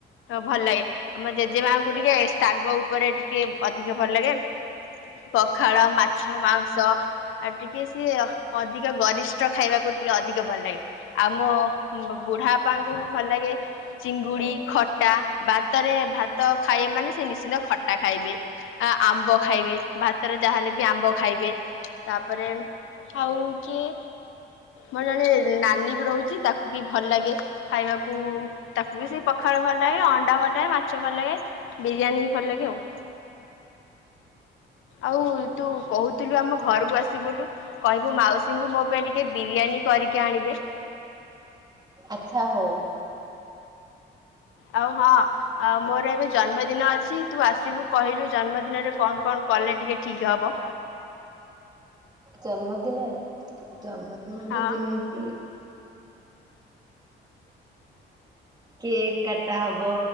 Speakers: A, on the left; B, on the right.
A: ଭଲ ଲାଗେ। ଆମ ମୋ ଜେଜେମାଙ୍କୁ ଟିକେ ଶାଗ ଉପରେ ଟିକେ ଅଧିକ ଭଲ ଲାଗେ। ପଖାଳ ମାଛ ମାଂସ ଆଉ ଟିକେ ସିଏ ଅଧିକ ଗରିଷ୍ଠ ଖାଇବାକୁ ଟିକେ ଅଧିକ ଭଲ ଲାଗେ। ଆଉ ମୋ ବୁଢାବାପାଙ୍କୁ ଭଲ ଲାଗେ ଚିଙ୍ଗୁଡି ଖଟା ବା ଭିତରେ ଭାତ ଖାଇବେ ମାନେ ସେ ନିଶ୍ଚିନ୍ତ ଖଟା ଖାଇବେ। ଆ ଆମ୍ବ ଖାଇବେ ଭାତରେ ଯାହେଲେ ବି ଆମ୍ବ ଖାଇବେ। ତାପରେ ଆଉ କିଏ ମୋର ଜଣେ ନାନୀ ବି ରହୁଛି ତାକୁ ବି ଭଲ ଲାଗେ ଖାଇବାକୁ ତାକୁ ବି ସେଇ ପଖାଳ ଭଲ ଲାଗେ ଅଣ୍ଡା ଭଲ ଲାଗେ। ମାଛ ଭଲ ଲାଗେ ବିରିୟାନୀ ଭଲ ଲାଗେ ଆଉ। ଆଉ ତୁ କହୁଥିଲୁ ଆମ ଘରକୁ ଆସିିବୁ ବୋଲି। କହିବୁ ମାଉସୀଙ୍କୁ ମୋ ପାଇଁ ଟିକେ ବିରିୟାନୀ କରିକି ଆଣିବେ।
B: ଆଚ୍ଛା ହଉ।
A: ଆଉ ହଁ ଆଉ ମୋର ଏବେ ଜନ୍ମଦିନ ଅଛି। ତୁ ଆସିବୁ କହିଲୁ ଜନ୍ମଦିନରେ କଣ କଣ କଲେ ଟିକେ ଠିକ ହବ?
B: ଜନ୍ମଦିନରେ ଜନ୍ମଦିନରେ
A: ହଁ
B: ଯେମିତି କେକ୍ କାଟା ହବ